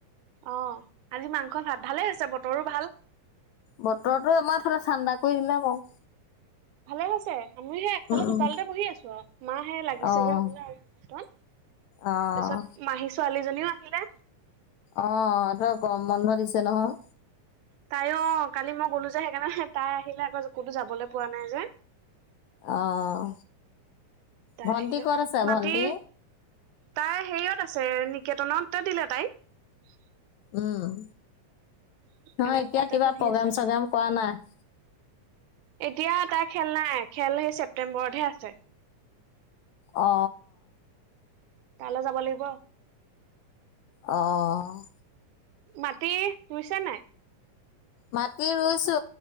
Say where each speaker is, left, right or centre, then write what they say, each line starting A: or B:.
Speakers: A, on the right; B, on the left.
A: অ', আজি মাংস ভাত ভালে আছে বতৰো ভাল
B: বতৰৰতটো আমাৰ ফালে ঠাণ্ডা কৰি দিলা বাৰু
A: ভালে আছে আমি সেফালে
B: উম
A: চোতালতে বহি আছো আৰু মা সে লাগি
B: অহ।
A: চাগে হব আৰু
B: অহ
A: তাৰিছত মাহী ছোৱালীজনীও আহিলে
B: আহ এই তই কম বন্ধ দিছে নহয়
A: তাই অ কালি মই গলো যে সেইকাৰণে তাই আহিলে আকৌ ক'তো যাবলৈ পোৱা নাই যে
B: অহ,
A: তাই
B: ভন্টি
A: আহিলে
B: ক'ত আছে
A: মাটি
B: ভন্টি
A: তাই হেৰিয়ত আছে কেতনত দিলে তাইক
B: উম,
A: সেইকাৰণে
B: নহ এতিয়া
A: তাতে
B: কিবা
A: পঢ়ি
B: প্ৰগ্ৰেম
A: আছে
B: চগ্ৰেম কৰা নাই
A: এতিয়া তাৰ খেল নাই খেল সেই ছেপ্তেম্বৰতহে আছে
B: অ
A: কাইলৈ যাব লাগিব
B: অ',
A: মাটি ৰুইছে নাই
B: মাি ৰুইছো